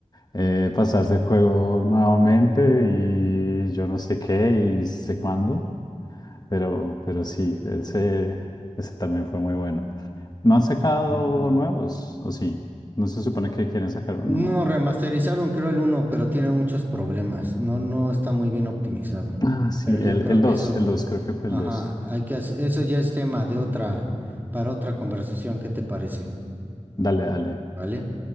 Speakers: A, on the left; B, on the right.
A: eh, pasarse el juego nuevamente y yo no sé qué y sé cuándo. Pero, pero sí, ese, ese también fue muy bueno. ¿No han sacado
B: Ujú.
A: nuevos? ¿O sí? ¿No se supone que quieren sacar uno
B: No,
A: nuevo?
B: remasterizaron creo el 1, pero tiene muchos problemas. No, no está muy bien optimizado.
A: Ah, sí,
B: Pero yo
A: el,
B: creo
A: el
B: que
A: 2
B: eso,
A: el dos creo que fue
B: ajá,
A: el dos
B: hay que hacer- eso ya es tema de otra, para otra conversación, ¿qué te parece?
A: Dale, dale.
B: ¿Vale?